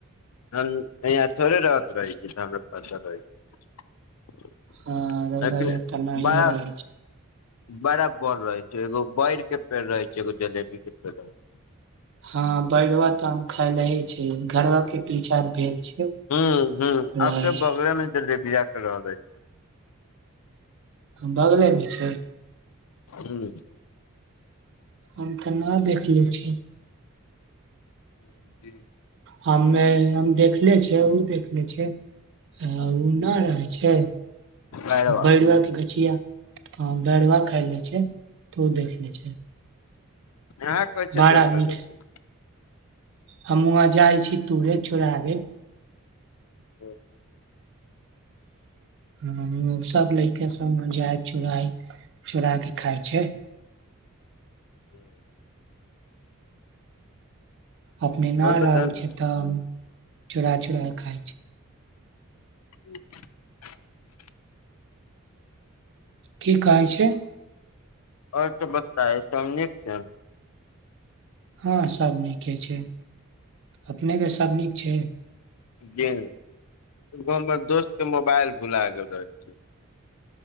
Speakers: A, on the left; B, on the right.
A: हम याँ थोड़े रहत रहै छी तऽ हमरा पता रहै <unintelligible>
B: हाँ
A: छै।
B: रउआ
A: लेकिन
B: इहाँ त नहिय
A: बड़ा
B: रहै छी
A: बड़ा बड़ रहै छै एगो बैर के पेड़ रहै छै एगो जलेबी के पेड़ रहै छै
B: हाँ बैरबा तऽ आम खायने ही छी घरबि के पीछा भेल छै
A: ह्म ह्म
B: रहे
A: आबके
B: छै
A: बगलेमे जलेबीया के रहल अछि
B: बगलेमे छै
A: ह्म
B: हम तऽ ना देख ले छी
A: ह जी
B: हममे हम देखले छियै ओ देखले छियै आ ओ नहि रहै छै
A: पैरवा
B: भरुआ के गछिया हाँ बरवा खा लै छै तऽ ओ देख लै छै
A: हाँ कसै छै
B: बड़ा
A: देखलेले
B: मीठ
A: छी
B: हम वहाँ जाइ छी तूरे चोड़ाबे
A: ओ
B: ह सब लैके सब जा चुराइ चोरा के खैय छै
A: <inaudible> ह्म <inaudible>
B: अपने न
A: आओर बता
B: रहै
A: ने
B: छै तऽ चुरा चुरा खाय छै
A: ह्म <inaudible>
B: की कहै छै
A: अर्चमकता ए समझिक छै <inaudible>
B: हँ सब नीके छै अपनेके सब नीक छै
A: गे एगो हमर दोस्तके मोबाइल भुला गेल रहै छै